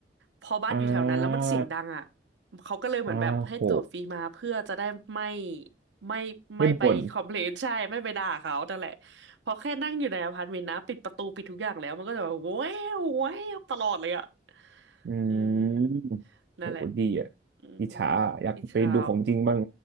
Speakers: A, on the right (about 85°); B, on the right (about 65°).
A: พอบ้านอยู่แถวนั้นแล้วมันเสียงดังอ่ะ
B: อ่า
A: เขาก็เลยเหมือนแบบให้ตั๋วฟรีมาเพื่อจะได้ไม่
B: อ่าโห
A: ไม่ไม่ไปคอมเพลน
B: ไม่บ่น
A: <laughs> ใช่ไม่ไปด่าเขานั่นแหละพอแค่นั่งอยู่ในอพาร์ตเมนต์นะปิดประตูปิดทุกอย่างแล้วมันก็จะแบบแว้าวแว้าวตลอดเลยอ่ะ
B: อื
A: อื
B: ม
A: มนั่นแหละ
B: โหดีอ่ะ
A: อืม
B: อิจฉาอะอยากไปดูของจริงบ้าง
A: อีเช้า